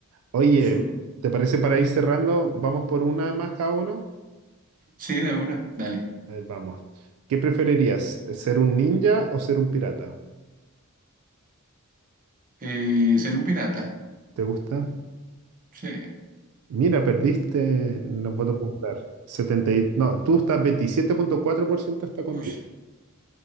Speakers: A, on the right; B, on the right.
A: Oye,
B: <laughs>
A: ¿te parece para ir cerrando? ¿Vamos por una más cada uno?
B: Sí, de una, dale.
A: A ver, vamos. ¿Qué preferirías? ¿Ser un ninja o ser un pirata?
B: Eh, ser un pirata.
A: ¿Te gusta?
B: Sí,
A: Mira, perdiste No los popular. Setenta. y- No, tú estás veintisiete punto cuatro por ciento está contigo.
B: uy,